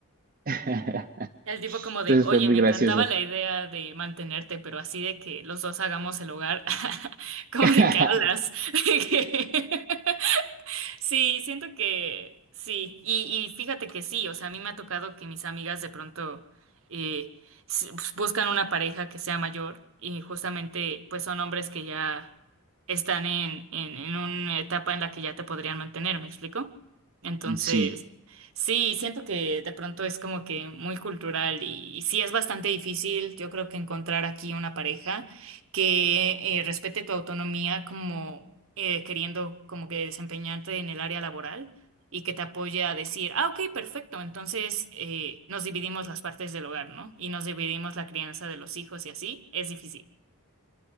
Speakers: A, on the right (about 40°); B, on the right (about 65°).
A: <laughs>
B: El tipo como
A: entonces
B: de, oye,
A: fue muy
B: me
A: gracioso.
B: encantaba la idea de mantenerte, pero así de que los dos hagamos el hogar, <laughs> como
A: <laughs>
B: de qué hablas. <laughs> Sí, siento que sí. Y, y fíjate que sí, o sea, a mí me ha tocado que mis amigas de pronto eh, s- pues, buscan una pareja que sea mayor y justamente pues son hombres que ya están en, en, en una etapa en la que ya te podrían mantener, ¿me explico? Entonces,
A: Sí,
B: sí, siento que de pronto es como que muy cultural y, y sí es bastante difícil, yo creo que encontrar aquí una pareja que eh, respete tu autonomía como eh, queriendo como que desempeñarte en el área laboral y que te apoye a decir, ah, ok, perfecto, entonces eh, nos dividimos las partes del hogar, ¿no? Y nos dividimos la crianza de los hijos y así, es difícil.